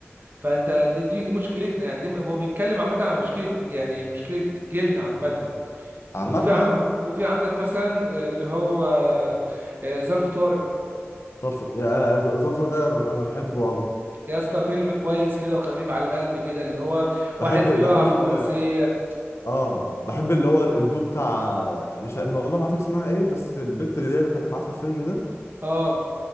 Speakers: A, on the right; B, on the left.
A: فانت دي, دي, دي مشكلتنا يعني دي هو بيتكلم عامة عن مشكلة يعني مشكلة جيلنا عامة
B: عامه
A: وفي عن
B: اه
A: وفي عندك مثلا آه، اللي هو آه، ظرف طارئ
B: صرف يعني الظرف ده انا بحبه أوي
A: يا اسطى فيلم كويس كده وخفيف على القلب كده اللي هو
B: بحب
A: واحد بيقع
B: بحب
A: في
B: ال
A: رومانسية
B: اه بحب اللي هو الدو بتاع مش عارف- والله ما عارف اسمها ايه بس البت اللي هي اللي كانت معاه في الفيلم ده
A: اه